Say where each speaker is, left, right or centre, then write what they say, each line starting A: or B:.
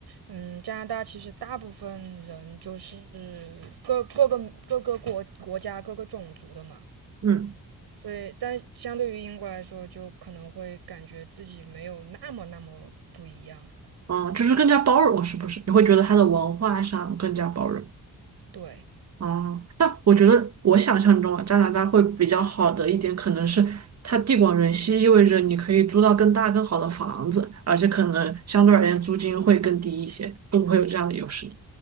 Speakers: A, on the right; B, on the right.
A: 嗯，加拿大其实大部分人就是各各个各个国国家各个种族的嘛，
B: 嗯。
A: 所以，但相对于英国来说，就可能会感觉自己没有那么那么不一样。
B: 嗯，就是更加包容，是不是？你会觉得它的文化上更加包容。
A: 对，
B: 哦、但我觉得我想象中啊，加拿大会比较好的一点，可能是它地广人稀，意味着你可以租到更大更好的房子，而且可能相对而言租金会更低一些，会不会有这样的优势？